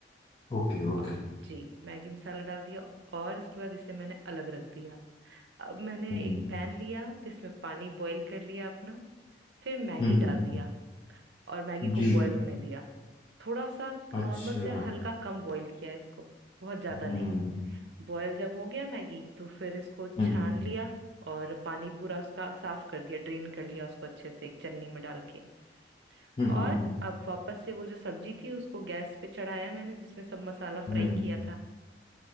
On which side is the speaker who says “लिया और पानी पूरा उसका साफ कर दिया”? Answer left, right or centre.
Right